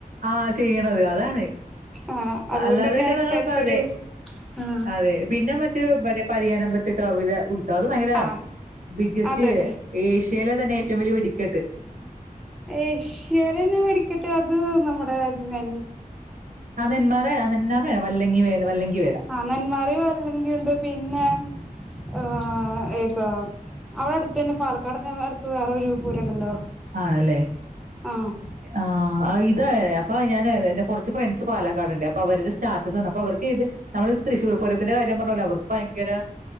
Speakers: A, on the right; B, in the centre.
A: ആ ചെയ്യണത് അതാണ്
B: ആ അതുകൊണ്ട്
A: അല്ലാതെയൊക്കെ
B: തന്നെ ആൾക്കാർക്കൊരു
A: ഞങ്ങളിപ്പോ അതെ
B: ആ
A: അതെ പിന്നെ മറ്റേ മറ്റെ പരിയാനം പറ്റ- <unintelligible> അത് ഭയങ്കര
B: ആഹ്
A: ബിഗ്ഗസ്റ്റ്
B: അതെ
A: ഏഷ്യയിലെ തന്നെ ഏറ്റവും വലിയ വെടിക്കെട്ട്
B: ഏഷ്യയിലന്നെ വെടിക്കെട്ട് അത് നമ്മുടെ നെ
A: ആ നെന്മാറ ആ നെന്മാറ വല്ലങ്കി വേല വല്ലങ്കി വേല
B: ആ നന്മാറ വല്ലങ്കീണ്ട് പിന്നെ ഹ് ഏത അവിടെ അടുത്തന്നെ പാലക്കാട് തന്നെ അടുത്ത് വേറൊരു പൂരണ്ടല്ലോ
A: ആണല്ലേ
B: ആഹ്
A: ആഹ് <unintelligible> അപ്പേ ഞാന് എന്റെ കൊർച്ചു ഫ്രണ്ട്സ് പാലക്കാട്ണ്ട് അപ്പൊ അവരുടെ സ്റ്റാറ്റസ് കണ്ട് അപ്പൊ അവർക്കിത് നമ്മള് തൃശ്ശൂർ പൂരത്തിന്റെ കാര്യം പർഞ്ഞപോലെ അവർക്ക് ഭയ്ങ്കര